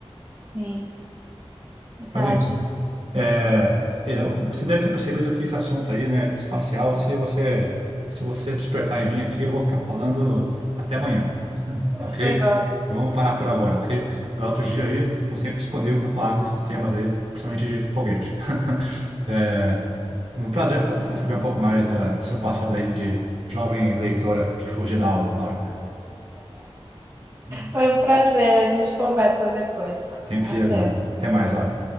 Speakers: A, on the right; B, on the right.
A: Sim, verdade.
B: Mas enfim, é, é, você deve ter percebido que esse assunto aí, né, espacial, se você se você despertar em mim aqui, eu vou ficar falando até amanhã, <laughs> ok?
A: Você gosta.
B: Vamos parar por agora, ok? Mas outro dia aí, estou sempre disponível para falar desses temas aí, principalmente de foguete. <laughs> É, Um prazer fa- saber um pouco mais da- do seu passado aí de jovem leitora que fugiu da aula, Laura. <laughs>
A: Foi um prazer. A gente conversa depois.
B: Tenho
A: Até.
B: que ir agora. Até mais, Laura.